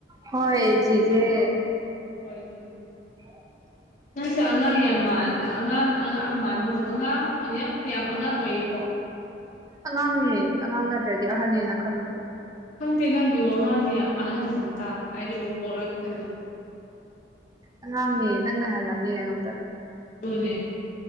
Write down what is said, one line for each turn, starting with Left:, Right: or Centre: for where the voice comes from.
Right: ꯍꯣꯏ ꯆꯤꯆꯦ
Left: ꯍꯣꯏ ꯑꯗꯨꯅꯤ
Right: <inaudible>
Left: ꯅꯪꯁꯦ ꯑꯉꯥꯡ ꯌꯥꯝ ꯃꯥꯜ ꯑꯉꯥꯡ ꯑꯉꯥꯡ ꯃꯥꯜꯕꯨ ꯑꯉꯥꯡ ꯅꯪꯁꯦ ꯌꯥꯝ ꯑꯉꯥꯡ ꯑꯣꯏꯌꯦꯀꯣ
Right: ꯑꯉꯥꯡꯅꯦ ꯑꯉꯥꯡ ꯅꯠꯇ꯭ꯔꯗꯤ ꯑꯍꯟꯅꯦꯅ ꯈꯟꯕ꯭ꯔꯣ
Left: ꯈꯪꯗꯦ ꯅꯪꯒꯤ ꯋꯥꯉꯥꯡꯅꯤ ꯌꯥꯝ ꯑꯍꯟꯒꯨꯝ ꯇꯥꯕ ꯑꯩꯗꯤ ꯕꯨꯕꯣꯛꯂ ꯈꯜꯂꯨꯕ
Right: ꯑꯉꯥꯡꯅꯤ ꯅꯪꯅ ꯍꯜꯂꯝꯅꯤ ꯑꯩꯉꯣꯟꯗ
Left: ꯑꯗꯨꯅꯦ